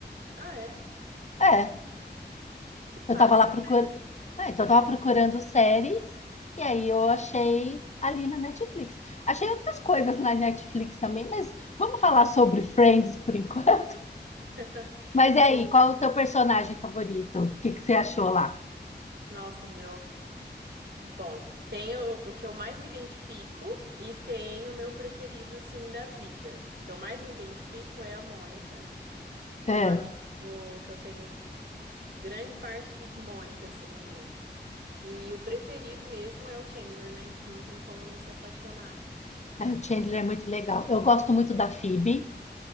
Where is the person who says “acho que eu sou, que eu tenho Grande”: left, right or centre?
Right